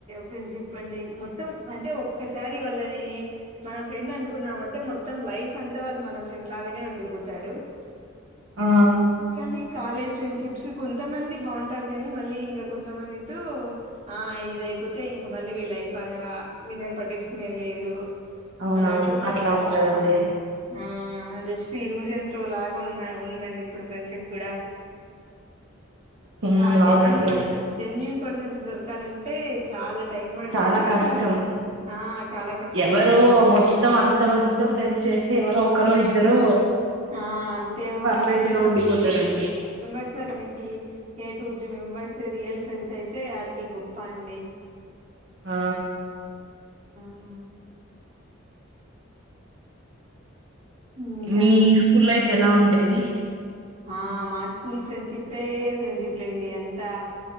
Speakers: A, on the right (about 35°); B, on the right (about 75°).
A: ఫ్రెండ్షిప్ అండి మొత్తం అంటే ఒక్కసారి వాళ్ళని మన ఫ్రెండ్ అనుకున్నామంటే మొత్తం మొత్తం లైఫ్ అంతా వాళ్ళు మన ఫ్రెండ్ లాగానే ఉండిపోతారు
B: ఆ
A: కానీ కాలేజ్ ఫ్రెండ్షిప్స్ కొంతమంది బాగుంటారు కానీ మళ్ళీ ఇంకా కొంతమందితో ఆ ఇదైపోతే ఇంకా మళ్ళీ విళ్ళు అయిపోయా విీళని పట్టించు న లేదు
B: అవునవును.
A: అన్నట్టు ఉంటాది
B: అట్లా ఉంటదండి.
A: ఆ ఆ జస్ట్ యూజన్ త్రో లాగా ఉన్న ఉందండి ఇప్పుడు ఫ్రెండ్షిప్ కూడా
B: హ్మ్.
A: ఆ జెన్యుూన్
B: అవునండి.
A: పర్సన్ జెన్యుూన్ పర్సన్ న్స్ దొరకాలంటే చాలా టైం పడతది
B: చాలా కష్టం
A: ఆ చాలా కష్టం
B: ఎవరో
A: గూడా అదైతే
B: మొత్తం
A: నిజమే
B: అంతమందితో ఫ్రెండ్స్ చేస్తే ఎవరో ఒకరో ఇద్దరో
A: ఆ అంతే ఒక
B: పర్మనెంట్
A: హండ్రెడ్
B: గా
A: నెబేర్స్
B: ఉండిపోతారండి
A: అనకి a two three members real friends అయితే వారికి గొప్ప అండి
B: ఆ
A: ఆ ఇంకా
B: మీ స్కూల్ లైఫ్ ఎలా ఉండేది
A: ఆ మా స్కూల్ ఫ్రెండ్షిప్ే ఫ్రెండ్షిప్ లేండి అంతా